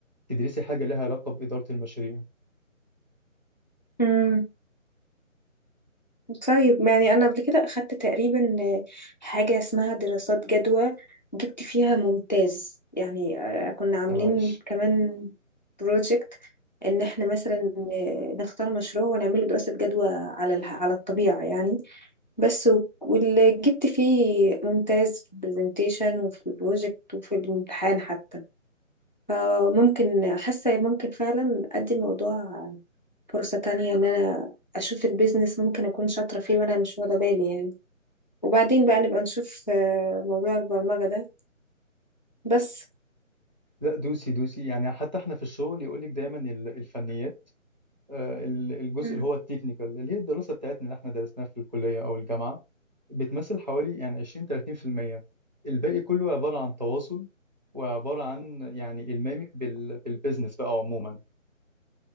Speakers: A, on the right; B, on the left.
A: تدرسي حاجة لها علاقة بإدارة المشاريع
B: مم، طيب ما يعني انا قبل كده اخدت تقريبا حاجه اسمها دراسات جدوى جبت فيها ممتاز يعني آه، كنا عاملين
A: طب عايش
B: كمان بروجكت ان احنا مثلا آه، نختار مشروع ونعمله دراسه جدوى على الح- على الطبيعه يعني بس و- واللي جبت فيه ممتاز في البرزنتيشن وفي البروجكت وفي الامتحان حتى فممكن حاسة ممكن فعلا أدي الموضوع فرصة تانية إن أنا أشوف البيزنس ممكن أكون شاطرة فيه وأنا مش واخدة بالي يعني وبعدين بقى نبقى نشوف آه، موضوع البرمجة ده بس
A: لا دوسي دوسي يعني حتى احنا في الشغل يقول لك دايما ال- الفنيات آه، ال- الجزء
B: مم.
A: اللي هو التكنيكال اللي هي الدراسة بتاعتنا اللي احنا درسناها في الكلية أو الجامعة بتمثل حوالي يعني 20 30% الباقي كله عبارة عن تواصل وعبارة عن يعني إلمامك بال- بالبيزنس بقى عموما